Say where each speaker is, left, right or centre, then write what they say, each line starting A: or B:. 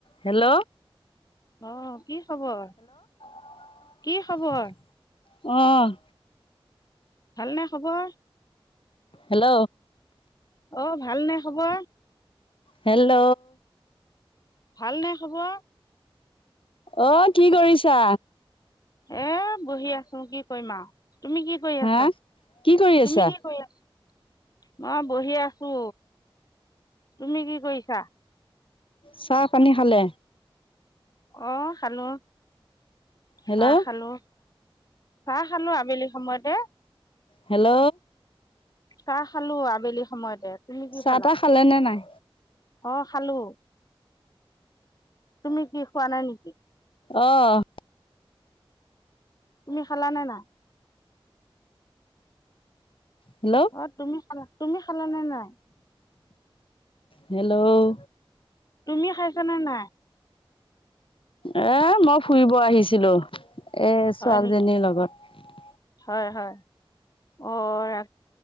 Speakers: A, on the left; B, on the left.
A: Hello.
B: অহ কি খবৰ।
A: অ।
B: কি খবৰ ভালনে খবৰ?
A: হেল্ল'।
B: অ ভালনে খবৰ।
A: হেল্ল'।
B: ভালনে খবৰ?
A: অ কি কৰিছা।
B: এ বহি আছো কি কৰিম আৰু। তুমি কি কৰি
A: হা
B: আছা
A: কি কৰি আছা
B: তুমি কি কৰি আছা। মই বহি আছো তুমি কি কৰিছা।
A: চাহ পানী খালে?
B: অ খালো
A: হেল্ল'
B: চাহ খালো। চাহ খালো আবেলি সময়তে।
A: হেল্ল'।
B: চাহ খালো আবেলি সময়তে। তুমি কি
A: চাহ
B: খালা
A: তাহ খালে নে নাই
B: অ খালোঁ তুমি কি খোৱা নাই নেকি
A: আহ
B: তুমি খলানে নাই
A: হেল্ল'
B: অ তুমি খালা তুমি খালা নে নাই
A: হেল্ল'
B: তুমি খাইছানে নাই
A: এ মই ফুৰিব আহিছিলোঁ এ
B: হয়
A: ছোৱালীজনীৰ
B: নেকি
A: লগত
B: হয় হয় অ ৰা